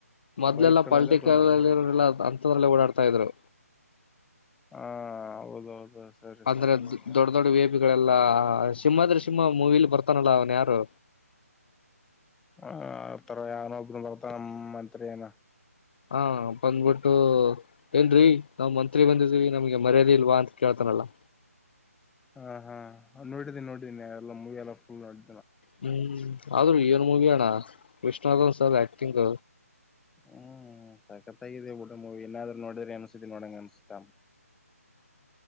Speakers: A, on the left; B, in the centre.
A: ಮೊದ್ಲೆಲ್ಲಾ
B: ಬೈಕ್ ಗಳೆಲ್ಲ
A: ಪಾಲಟಿಕಲ್ಲ್ಅಂಥದ್ರಲ್ಲೇ
B: ದೊಡ್ಡದು
A: ಓಡಾಡ್ತಾ ಇದ್ರು
B: ಹಾ ಹೌದೌದು ಸರಿ
A: ಅಂದ್ರೆ
B: ಸರಿ ಇವಾಗ
A: ದೊಡ್ ದೊಡ್ಡ ವೇಪಿಗಳೆಲ್ಲಾ ಸಿಂಹದೃಶಿ ಸುಮ್ಮ ಮೂವಿಲಿ ಬರ್ತಾನಲ್ಲ ಅವನ್ ಯಾರು
B: ಹ ಆ ತರ ಯಾವನ ಒಬ ಬರ್ತ ನಮ್ಮ ಮಂತ್ರಿ ಏನ
A: ಹಾ ಬಂದ್ಬಿಟ್ಟು ಏನ್ರರಿ ನಾವ್ ಮಂತ್ರಿ ಬಂದಿದ್ವಿ ನಮ್ಗೆ ಮರ್ಯಾದೆ ಇಲ್ವಾ ಅಂತ ಕೇಳ್ತನ್ ಲ
B: ಹಾ ಹಾ ನೋಡಿದ್ದೀನಿ ನೋಡಿನಿ ಎಲ್ಲ ಮೂವಿ ಎಲ್ಲ ಫುಲ್ ನೋಡಿ
A: ಹ್ಮ್ ಆದ್ರೂ ಏನ್ ಮೂವಿ ಅಣ್ಣ ಕೃಷ್ಣಾರ್ಥನ್ ಸರ್ ಆಕ್ಟಿಂಗ್
B: ಹ್ಮ್ ಸತ್ಗಾಗಿದೆ ಬುಡ ಏನಾದ್ರು ನೋಡಿದ್ರಿ ಅನ್ಸತಿ ನೋಡಂಗ ಅನ್ಸತ